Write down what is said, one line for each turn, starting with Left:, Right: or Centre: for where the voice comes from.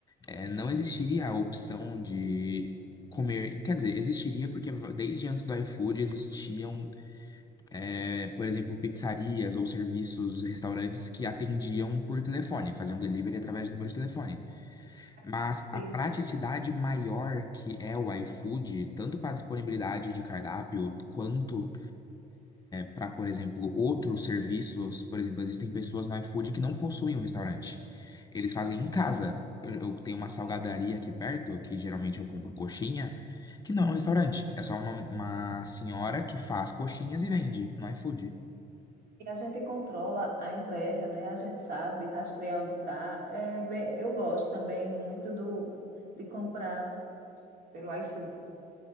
Left: eh, não existiria a opção de comer. Quer dizer, existiria porque v- desde antes do iFood existiam, eh, por exemplo, pizzarias ou serviços, restaurantes que atendiam por telefone, faziam delivery através de número de telefone.
Right: Mas
Left: Mas
Right: é Difícil.
Left: a praticidade maior que é o iFood, tanto para disponibilidade de cardápio, quanto para, por exemplo, outros serviços. Por exemplo, existem pessoas no iFood que não possuem um restaurante. Eles fazem em casa. Eu, eu tenho uma salgadaria
Right: é.
Left: aqui perto, que geralmente eu compro coxinha, que não é um restaurante. É só uma, uma senhora que faz coxinhas e vende no iFood.
Right: E a gente controla a entrega, né? A gente sabe rastrear onde está. É bem, eu gosto também muito do, de comprar pelo iFood.